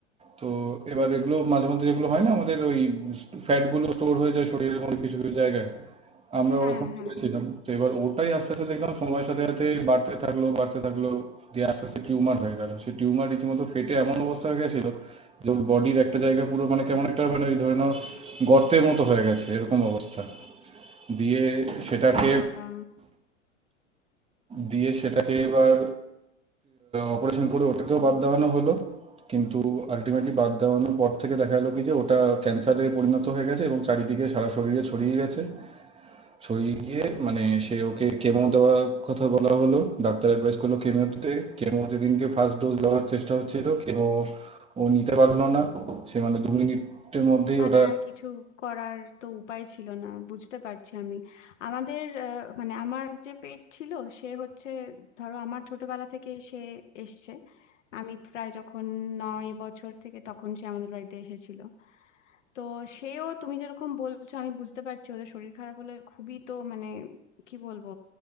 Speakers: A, on the right; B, on the left.
A: তো এবার এগুলো মাঝে মধ্যে যেগুলো হয় না আমাদের ওই ফ্যাট গুলো স্টোর হয়ে যায় শরীরের মধ্যে কিছু কিছু জায়গায় আমরা
B: হ্যাঁ
A: ওরকম ভেবেছিলাম।
B: হ্যাঁ
A: তো এবার ওটাই আস্তে, আস্তে দেখলাম সময়ের সাথে, সাথে বাড়তে থাকলো, বাড়তে থাকলো। দিয়ে আস্তে, আস্তে টিউমার হয়ে গেল। সেই টিউমার রীতিমতো ফেটে এমন অবস্থা হয়ে গেছিল যে ওর বডির একটা জায়গা পুরো মানে কেমন একটা মানে ওই ধরে নাও গর্তের মতো হয়ে গেছে, এরকম অবস্থা। দিয়ে সেটাকে
B: ও বাবা
A: দিয়ে সেটাকে এবার অপারেশন করে ওটাকেও বাদ দেওয়ানো হলো। কিন্তু আল্টিমেটলি বাদ দেওয়ানোর পর থেকে দেখা গেল কি যে ওটা ক্যান্সারে পরিণত হয়ে গেছে এবং চারিদিকে সারা শরীরে ছড়িয়ে গেছে। সরিয়ে গিয়ে মানে সে ওকে কেমো দেওয়ার কথা বলা হলো ডাক্তার অ্যাডভাইস করলো কেমো দিতে কেমো যেদিনকে ফার্স্ট ডোজ দেওয়ার চেষ্টা হচ্ছিল কেমো ও নিতে পারলো না সে মানে দু মিনিটের মধ্যেই
B: মানে
A: ওটা
B: আর কিছু করার তো উপায় ছিল না বুঝতে পারছি আমি আমাদের আহ, মানে আমার যে পেট ছিল সে হচ্ছে ধরো আমার ছোটবেলা থেকে সে এসছে আমি প্রায় যখন নয় বছর থেকে তখন সে আমাদের বাড়িতে এসেছিল তো সেও তুমি যেরকম বলছো আমি বুঝতে পারছি ওদের শরীর খারাপ হলে খুবই তো মানে কি বলবো